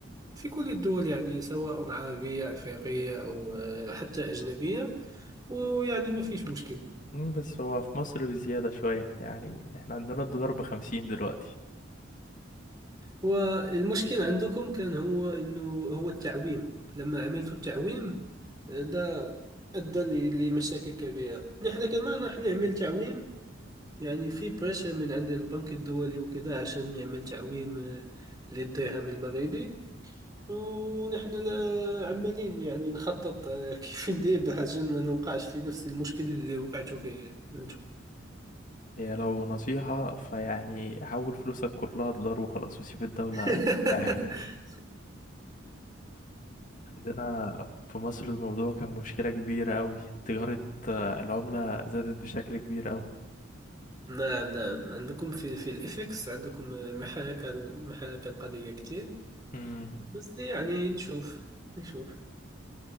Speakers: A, on the right; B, on the left.
A: في كل الدول يعني سواء عربية أفريقية أو آه، حتى أجنبية ويعني ما فيش مشكل
B: أمم، بس هو في مصر بزيادة شوية يعني احنا عندنا الدولار بخمسين دلوقتي
A: والمشكل عندكم كان هو انه هو التعويم لما عملت التعويم ده ادى ل- لمشاكل كبيره نحن كمان راح نعمل تعويم يعني في بريشر من عند البنك الدولي وكذا عشان نعمل تعويم آه، للدرهم المغربي ونحن لا- عمالين يعني نخطط آه، <laughs> كيف ندير عشان ما نوقعش في نفس المشكل اللي وقعتوا فيه انتم
B: هي لو نصيحة فيعني حول فلوسك كلها دولار وخلاص وسيب الدولة
A: <laughs>
B: آه. عندنا في مصر الموضوع كان مشكلة كبيرة أوي تجارة آه، العملة زادت بشكل كبير أوي
A: نعم نعم عندكم في في الإفكس عندكم محاكاة محاكاة القضية كتير
B: امم
A: بس يعني نشوف نشوف